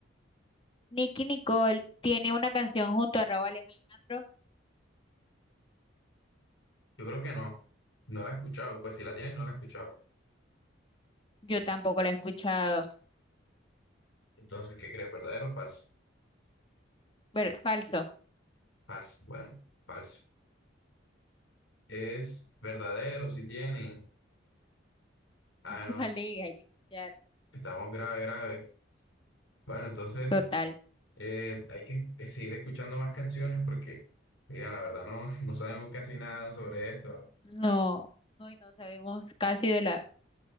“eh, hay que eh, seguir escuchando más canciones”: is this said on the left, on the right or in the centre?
Left